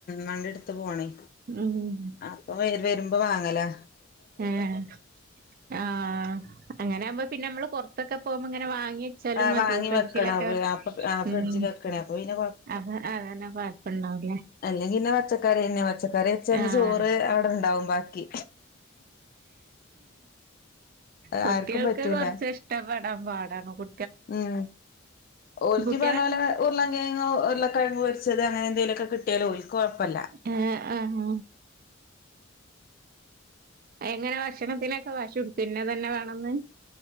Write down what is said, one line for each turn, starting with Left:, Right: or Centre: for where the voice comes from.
Left: വണ്ടിടുത്ത് പോണേ
Right: ഉം.
Left: അപ്പൊ വേര് വരുമ്പോ വാങ്ങല-
Right: ഏഹ് ആഹ്. അങ്ങനാവുമ്പോ പിന്നമ്മള് പൊറത്തൊക്ക പോവ്മ്പോ ഇങ്ങനെ വാങ്ങി. ച്ചാലും
Left: ആഹ്
Right: മതി
Left: വാങ്ങി
Right: ഫ്രിഡ്ജിലൊക്കെ
Left: വെക്കണം
Right: വെ
Left: അപ്പൊ ആഹ് ഫ്രിഡ്ജിൽ
Right: ഉം
Left: വെക്കണേ അപ്പൊ പിന്നെ
Right: അത് അതെന്നെ കൊഴപ്പണ്ടാവൂല്ല
Left: അല്ലെങ്കിന്നെ പച്ചക്കറി തന്നെ പച്ചക്കറി വെച്ചന്ന്
Right: ആഹ്
Left: ചോറ് അവിടെണ്ടാവും ബാക്കി.
Right: കുട്ടികൾക്ക്
Left: ആർക്കും പറ്റൂല
Right: കൊറച്ച് ഇഷ്ടപ്പെടാൻ പാടാണ് കു
Left: ഉം ഓൽക്കി
Right: കുട്ടികളെ
Left: പറഞ്ഞ പോലെ ഉർളൻക്കിഴങ്ങ് ഉരുളക്കിഴങ്ങ് പൊരി ച്ചത് അങ്ങനെ എന്തേലൊക്കെ കിട്ടിയാല് ഒൽക്ക് കൊഴപ്പല്ല.
Right: ഏഹ് ആഹ്. എങ്ങനെ ഭക്ഷണത്തിനൊക്കെ വശി പിടിക്കോ ഇന്നതെന്നെ വേണന്ന്?